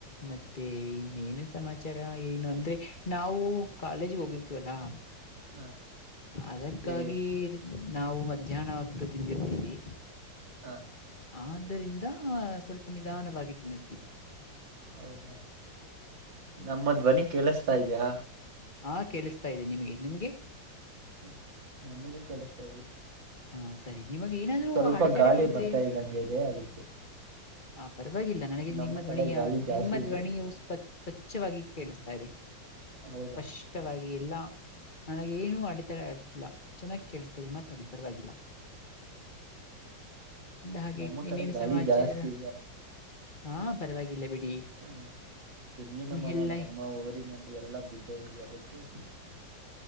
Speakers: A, on the left; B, on the right.
A: ಮತ್ತೆ ಇನ್ನೇನು ಸಮಾಚಾರ ಏನು ಅಂದ್ರೆ ನಾವು ಕಾಲೇಜಿಗೆ ಹೋಗಿರ್ತೀವಲ್ಲಾ
B: ಹ
A: ಅದಕ್ಕಾಗಿ
B: ಹೇಳಿ
A: ನಾವು ಮಧ್ಯಾಹ್ನ ಹೊತ್ತು ತಿಂದಿರ್ತೀವಿ
B: ಹ
A: ಆದ್ದರಿಂದ ಸ್ವಲ್ಪ ನಿಧಾನವಾಗಿ ತಿನ್ನರ್ತೀವಿ
B: ಹೌದಾ ನಮ್ಮದ್ವನಿ ಕೇಳಿಸತಾ ಇದ್ಯಾ
A: ಹಾ ಕೇಳಿಸ್ತಾ ಇದೆ ನಿಮಗೆ ನಿಮ್ಗೆ
B: ಹ ನಮಗೂ ಕೇಳಿಸ್ತಾ ಇದೆ
A: ಹಾ ಸರಿ ನಿಮಗ್ ಏನಾದ್ರೂ
B: ಸ್ವಲ್ಪ
A: ಅಡತಡೆಗಳಿದ್ರೆ
B: ಗಾಳಿ ಬರ್ತಾ ಇದ್ದಂಗೆ ಇದೆ ಅದಕ್ಕೆ
A: ಆ ಪರವಾಗಿಲ್ಲ ನನಗೆ
B: ನಮ್ಮ
A: ನಿಮ್ಮ ಧ್ವನಿಯ
B: ಕಡೆ ಗಾಳಿ ಜಾಸ್ತಿ
A: ನಿಮ್ಮ
B: ಇದೆ
A: ಧ್ವನಿಯು ಸ್ವ ಸ್ವಚ್ಛವಾಗಿ ಕೇಳಿಸತ ಸರಿ
B: ಹೌದಾ
A: ಸ್ಪಷ್ಟವಾಗಿ ಎಲ್ಲಾ ನನಗೇಏನು ಅಡೆತಡೆ ಆಗ್ತಿಲ್ಲ ಚೆನ್ನಾಗಿ ಕೇಳಿಸ್ತದೆ ಮತ್ತೆ ತಡಿ ಪರವಾಗಿಲ್ಲ ಹಾಗೆ
B: ನಮ್ಮ
A: ಇನ್ನೇನ್
B: ಕಡೆ ಗಾಳಿ
A: ಸಮಾಚಾರ
B: ಜಾಸ್ತಿ
A: ಹಾ ಪರವಾಗಿಲ್ಲ ಬಿಟ್ಟ
B: ಹ ತೆಂಗಿನ ಮರ
A: ಎಲ್ಲ
B: ನಮ್ಮ ಊರಿನಲ್ಲಿ ಎಲ್ಲಾ ಬಿದ್ದ ೋಗದತಿ